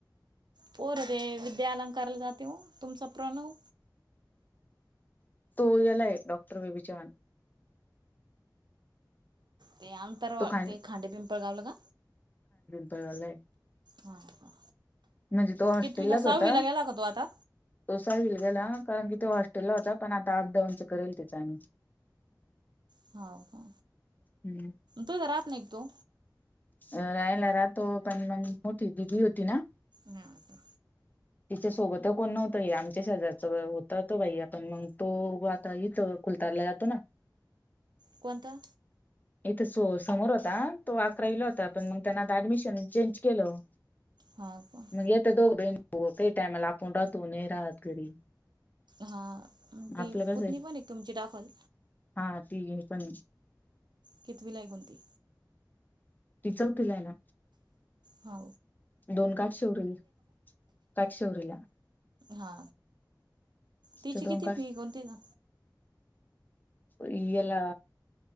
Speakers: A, on the right; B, on the left.
A: पोर ते विद्यालंकारला जाते हो. तुमचा प्रणव?
B: तो यालाय डॉक्टर बेबी चव्हान.
A: ते अंतरवा
B: तो खां
A: ते खांडे पिंपळ गावलं का?
B: लंय.
A: हा हा
B: म्हणजे तो हॉस्टेललाच
A: कितवीला सहावीला
B: होता.
A: गेला का तो आता?
B: तो सहावीला गेला- कारण की ते हॉस्टेलला होता. पण आता अपडाऊनचं करेल त्याचं आम्ही.
A: हाव का?
B: हम्म.
A: तुझा राहत नाही का तो?
B: अ रायला राहतो. पण मग मोठी दिदी होती ना?
A: हा का?
B: तिच्या सोबत कोण नव्हतय येताना. पचास हजारचा होत तो बाई. आपण मग तो आता हिथं खुलतारला जातो ना?
A: कोणता
B: इथं सो समोर होता तो अकरा इला होता पण मग त्यांना आता ऍडमिशन चेंज केलं
A: हा का?
B: मग येत दोघ बहीणी तेही टायमाला आपण राहतो न राहात घरी
A: हा ती
B: आपलं कसं
A: पुत्नी
B: आहे
A: पण एक तुमची टाखल
B: हा ती हे पण
A: कितीवीलाय कोणती
B: टिचवतीला आहे <inaudible>
A: हा
B: दोन काठ.... शौरील काठ शौरला.
A: हा तिची
B: तर
A: किती
B: दोन काठ
A: फी? कोणती ना?
B: हिला